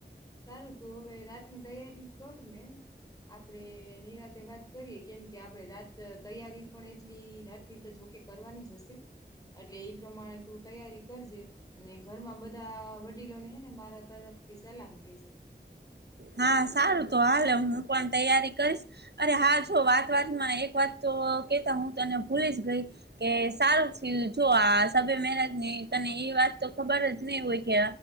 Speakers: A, on the left; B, on the right.
A: સારું તું હવે રાતની તૈયારી કર ને, આપડે નિરાતે વાત કરીએ કેમ કે આપણે રાત તૈયારી પણ એટલી રાતની તો જોખ કરવાની જ હશે એટલે એ પ્રમાણે તું તૈયારી કરજે અને ઘરમાં બધા બધા વડીલોને હે ને મારા તરફથી સલામ કે જે.
B: હા સારું તો હાલે હું પણ તૈયારી કરીશ અરે હા જો વાત વાતમાં એક વાત કેતા હું તને ભૂલી જ ગઈ કે સારુંથી જો આ સભે મનજ ની ત- એ વાત તો ખબર જ નહ હોય કે